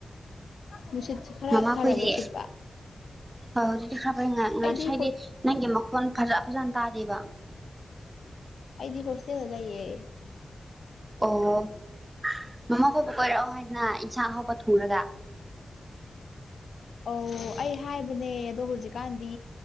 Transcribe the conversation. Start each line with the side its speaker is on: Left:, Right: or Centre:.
Left: ꯅꯨꯡꯁꯤꯠꯁꯦ ꯈꯔ
Right: ꯃꯃꯥ
Left: ꯐꯔꯕꯣ
Right: ꯈꯣꯏꯗꯤ
Left: ꯁꯤꯠꯄ
Right: ꯍꯣꯏ ꯍꯧꯖꯤꯛꯇꯤ ꯈꯔ ꯐꯩ ꯉꯁꯥꯏꯗꯤ
Left: ꯑꯩꯗꯤ
Right: ꯅꯪꯒꯤ ꯃꯈꯣꯟ ꯐꯖ ꯐꯖꯅ ꯇꯥꯗꯦꯕ
Left: ꯑꯩꯗꯤ ꯍꯣꯁꯇꯦꯔꯥꯖꯥꯏꯌꯦ
Right: ꯑꯣ ꯃꯃꯥ ꯍꯕ ꯀꯣꯏꯔꯛꯑꯣ ꯍꯥꯏꯗꯅ ꯏꯟꯁꯥꯡ ꯑ ꯍꯥꯎꯕ ꯊꯨꯔꯒ
Left: ꯑꯣ ꯑꯩ ꯍꯥꯏꯕꯅꯦ ꯑꯗꯣ ꯍꯧꯖꯤꯛꯀꯥꯟꯗꯤ